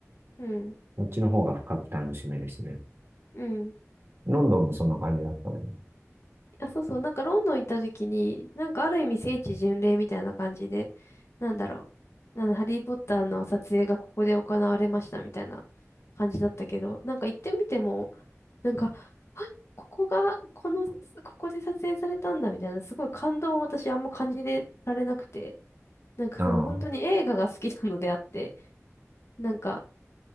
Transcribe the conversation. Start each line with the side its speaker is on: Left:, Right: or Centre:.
Left: うん。
Right: こっちの方が深く楽しめるしね。
Left: うん。
Right: ロンドンもそんな感じだったね。
Left: あ、そうそう。なんかロンドン行った時に、なんかある意味聖地巡礼みたいな感じで、なんだろう。なんハリー・ポッターの撮影がここで行われましたみたいな感じだったけど、なんか行ってみても、なんか、あ、ここが、この、ここで撮影されたんだみたいな、すごい感動を私あんま感じられなくて、なんかその本当に映画が好きなのであって、
Right: ああ。
Left: なんか、